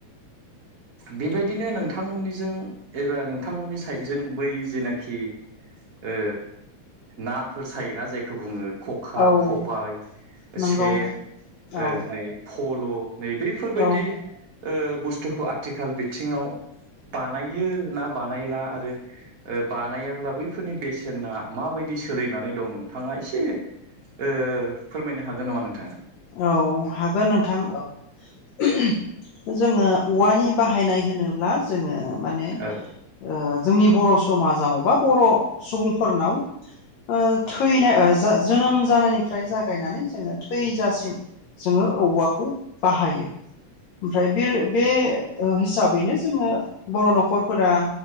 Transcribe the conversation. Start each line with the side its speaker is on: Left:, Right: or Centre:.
Right: बेबायदिनो नोंथांमोननिजों एबा नोंथांमोननि साइडजों बै जेनाखि ओ नाफोर सायोना जायखौ बुङो खखा
Left: औ
Right: खबाइ
Left: नंगौ
Right: सेन
Left: औ
Right: ओ नै फल' नै बैफोरबायदि
Left: औ
Right: ओ बुस्थुखौ आथिखाल बिथिङाव बानायो ना बानायला आरो ओ बानायाब्ला बैफोरनि बेसेना माबाय दि सोलिनानै दं नोंथाङा एसे ओ फोरमायनो हागोन नामा नोंथाङा
Left: औ हागोन नोंथां औ जोङो औवानि बाहायनाय होनोब्ला जोङो माने
Right: औ
Left: ओ जोंनि बर' समाजाव बा बर' सुबुंफोरनाव ओ
Right: औ
Left: थैनो ओ जा जोनोम जानायनिफ्राय जागायनानै जोङो थैजासि सिम जोङो औवाखौ बाहायो ओमफ्राय बे बे हिसाबैनो जोङो बर' न'खरफोरा